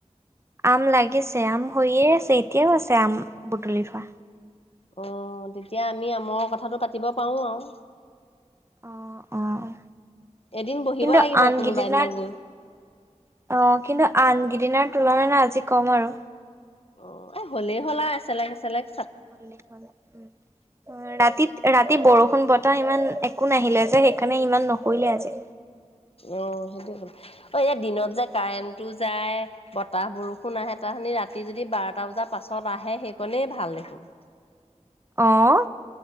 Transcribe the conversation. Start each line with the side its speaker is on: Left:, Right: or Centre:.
Right: আম লাগিছে, আম হৈয়ে আছে। এতিয়াও আছে আম, বুটলি থোৱা।
Left: অ'হ তেতিয়া আমি আমৰ কথাটো পাতিব পাৰোঁ আৰু।
Right: অ' অ'
Left: এদিন বহিব
Right: কিন্তু
Left: লাগিব
Right: আন
Left: কোনোবা
Right: গিদিনাত,
Left: এদিনা গৈ।
Right: অ'হ কিন্তু আন সিদিনাৰ তুলনাত আজি কম আৰু
Left: অ' এ, হ'লেই হ'ল আৰু এছেলেক, এছেলেক।
Right: উ ৰাতিত ৰাতি বৰষুণ বতাহ ইমান একোঁ নাহিলে যে, সেইকাৰণে ইমান নহৰিলে আজি।
Left: অ সেইটো হ'ল, অ ইয়াত দিনত যে কাৰেণ্টটো যায়, বতাহ বৰষুণ আহে, তাহানি ৰাতি যদি বাৰটা বজাৰ পাছত আহে, সেই কণেই ভাল দেখোন।
Right: অ'হ!